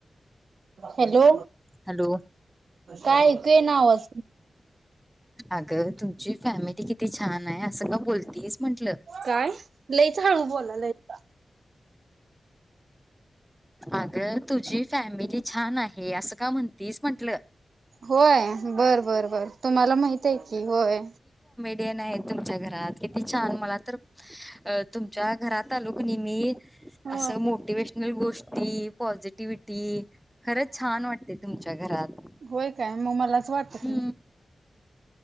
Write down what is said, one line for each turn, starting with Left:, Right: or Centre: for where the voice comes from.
Right: हॅलो
Centre: हॅलो
Right: काय ऐकु येईना आवाज.
Centre: अग तुम ची फॅमिती किती छान आहे असं का बोलतीस म्हंटल
Right: काय लईच हळू बोलालायसा.
Centre: अगं तुझी फॅमिली छान आहे असं का म्हणतीस म्हंटलं.
Right: होय बर बर बर तुम्हाला माहित आहे की होय.
Centre: ते नाही तुमच्या घरात किती छान मला तर तुमच्यात घरात आलो कणी मी
Right: हा
Centre: असं मोटिवेशनल गोष्टी पॉझिटिव्हटी खरच छान वाटते तुमच्या घरात
Right: होय काय मग मलाच वाटत
Centre: हं